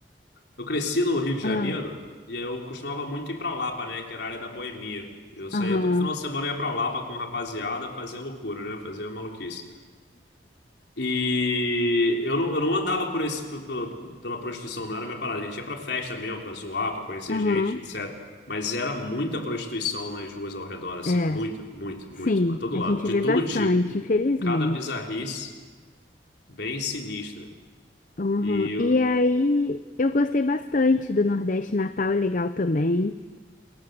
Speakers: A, on the left; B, on the left.
A: eu cresci no Rio de Janeiro
B: ah,
A: e eu costumava muito ir pra Lapa, né? Que era a área da boemia. Eu saía
B: Aham,
A: todo final de semana e ia pra Lapa com a rapaziada fazer loucura, né? Fazer maluquice. E eu não, eu não andava por esse, por- pela, pela prostituição, não era minha parada. A gente ia pra festa mesmo, pra zoar, pra conhecer
B: aham,
A: gente, etc. Mas era muita prostituição nas ruas ao redor, assim.
B: é.
A: Muita, muito, muito.
B: Sim,
A: Pra todo
B: a
A: lado.
B: gente
A: De
B: vê
A: todo
B: bastante,
A: tipo.
B: infelizmente.
A: Cada bizarrice bem sinistra.
B: Uhum.
A: E.
B: E aí, eu gostei bastante do Nordeste, Natal é legal também.